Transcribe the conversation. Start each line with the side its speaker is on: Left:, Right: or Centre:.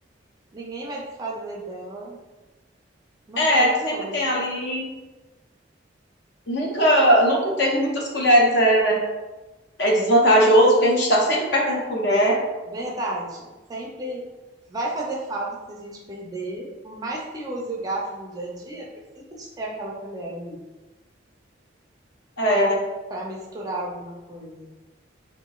Right: ninguém vai desfazer dela. Uma
Left: É,
Right: boa escolha.
Left: sempre tem ali. Nunca, nunca ter muitas colheres é, é desvantajoso, porque a gente está sempre perdendo colher.
Right: Verdade. Sempre vai fazer falta se a gente perder. Por mais que use o garfo no dia a dia, precisa de ter aquela colher ali
Left: É,
Right: para misturar alguma coisa.